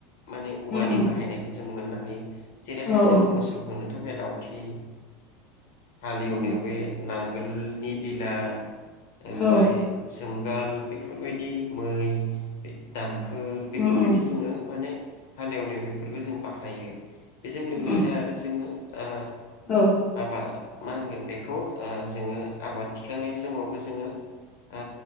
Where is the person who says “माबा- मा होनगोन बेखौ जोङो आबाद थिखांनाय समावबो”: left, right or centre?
Left